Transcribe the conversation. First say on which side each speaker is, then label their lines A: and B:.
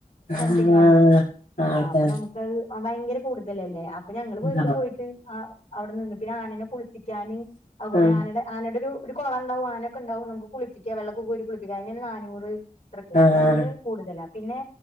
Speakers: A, on the left; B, on the left.
A: ആഹ്
B: സംതിങ് ആയില്ലേ ആഹ്
A: അതെ
B: അപ്പ നമുക്കത് ഭയങ്കര കൂടുതലല്ലേ അപ്പൊ ഞങ്ങള് വെറുതെ
A: ആഹ്
B: പോയിട്ട് ആ അവിടെ നിന്ന് പിന്നെ ആ നേന കുളിപ്പിക്ക്യന് അതുപോലെ
A: ആഹ്
B: ആനയുടെ ആനയുടെ ഒരു ഒരു കൊളണ്ടാവും ആ നേക്ക ണ്ടാവും നമുക്ക് കുളിപ്പിക്കാ വെള്ളോക്ക കോരി കുളിപ്പിക്കാ അ യിനെന്നെ നാന്നൂറ് അത്രക്കെയാ
A: ആഹ്
B: ഭയങ്കര കൂടുതലാ പിന്നെ